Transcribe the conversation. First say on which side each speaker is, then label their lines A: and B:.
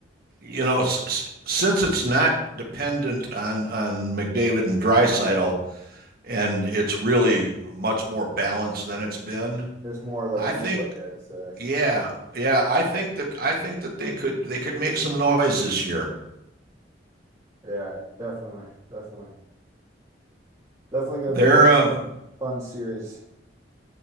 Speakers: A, on the right; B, on the right.
A: you know, s- s- since it's not dependent on on McDavid and Drysaitel, and it's really much more balanced than it's been.
B: There's more like
A: I
B: leeway,
A: think,
B: I'd say.
A: yeah, yeah, I think that I think that they could they could make some noise this year.
B: Yeah, definitely, definitely. Definitely gonna
A: They're,
B: be a
A: um,
B: fun series.